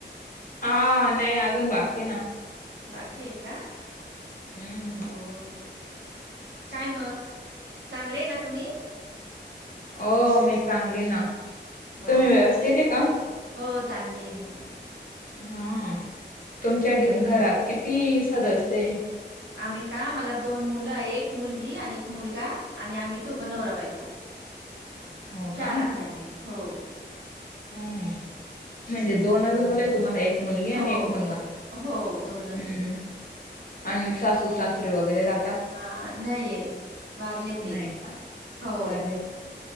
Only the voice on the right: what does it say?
बाकी आहे का?
हो. काय मग चांगलेय ना तुम्ही?
हो,
हो, चांगली आहे मी पण!
आम्ही का मला दोन मुलं एक मुलगी आणि एक मुलगा आणि आम्ही दोघं नवरा बायको.
चार
आहे आम्ही हो.
हं.
हो,
हो,
आहे.
ह नाहीय वारले
ते
हो